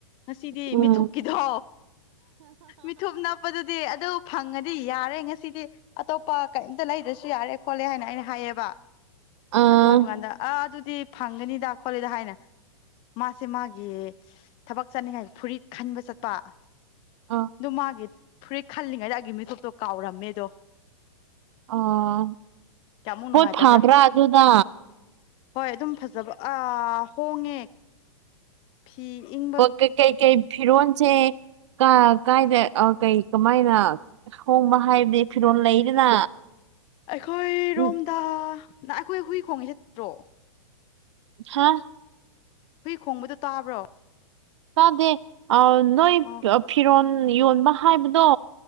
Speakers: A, on the left (about 30°); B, on the right (about 60°).
A: ꯉꯁꯤꯗꯤ
B: ꯎꯝ
A: ꯃꯤꯠ ꯊꯨꯞꯀꯤꯗꯣ ꯃꯤꯊꯨꯞ ꯅꯞꯄꯗꯨꯗꯤ ꯑꯗꯨ ꯐꯪꯉꯗꯤ ꯌꯥꯔꯦ ꯉꯁꯤꯗꯤ ꯑꯇꯣꯞꯄ ꯀꯩꯝꯗ ꯂꯩꯗ꯭ꯔꯁꯨ ꯌꯥꯔꯦ ꯈꯣꯠꯂꯦ ꯍꯥꯏꯅ ꯑꯩꯅ ꯍꯥꯏꯌꯦꯕ
B: ꯑꯥ
A: ꯑꯗꯨ ꯍꯥꯏꯕ ꯀꯥꯟꯗ ꯑꯥ ꯑꯗꯨꯗꯤ ꯐꯪꯒꯅꯤꯗ ꯈꯣꯠꯂꯤꯗ ꯍꯥꯏꯅ ꯃꯥꯁꯦ ꯃꯥꯒꯤ ꯊꯕꯛ ꯆꯠꯅꯤꯡꯉꯥꯏ ꯐꯨꯔꯤꯠ ꯈꯟꯕ ꯆꯠꯄ ꯑꯗꯨ
B: ꯑꯥ
A: ꯃꯥꯒꯤ ꯐꯨꯔꯤꯠ ꯈꯜꯂꯤꯉꯩꯗ ꯑꯩꯒꯤ ꯃꯤꯊꯨꯞꯇꯣ ꯀꯥꯎꯔꯝꯃꯦꯗꯣ
B: ꯑꯥ
A: ꯀꯌꯥꯃꯨꯛ ꯅꯨꯡꯉꯥꯏꯇꯕ꯭ꯔꯥ
B: ꯄꯣꯠ ꯊꯥꯕ꯭ꯔꯥ ꯑꯗꯨꯗ
A: ꯍꯣꯏ ꯑꯗꯨꯝ ꯐꯖꯕ ꯑꯥ ꯍꯣꯡꯉꯦ ꯐꯤ ꯏꯪ
B: ꯄꯣ ꯀꯩ ꯀꯩ ꯀꯩ ꯐꯤꯔꯣꯟꯁꯦ ꯀꯥ ꯀꯥꯏꯗ ꯑꯥ ꯀꯩ ꯀꯃꯥꯏꯅ ꯍꯣꯡꯕ ꯍꯥꯏꯕꯗꯤ ꯐꯤꯔꯣꯟ ꯂꯩꯗꯅ
A: ꯑꯩꯈꯣꯏ
B: ꯎꯝ
A: ꯔꯣꯝꯗ ꯅꯪ ꯑꯩꯈꯣꯏ ꯍꯨꯏ ꯈꯣꯡꯉꯤꯁꯦ ꯇ꯭ꯔꯣ
B: ꯍꯥ
A: ꯍꯨꯏ ꯈꯣꯡꯕꯗꯣ ꯇꯥꯕ꯭ꯔꯣ
B: ꯇꯥꯗꯦ ꯑꯥ ꯅꯣꯏ
A: ꯑꯣ
B: ꯐꯤꯔꯣꯟ ꯌꯣꯟꯕ ꯍꯥꯏꯕꯗꯣ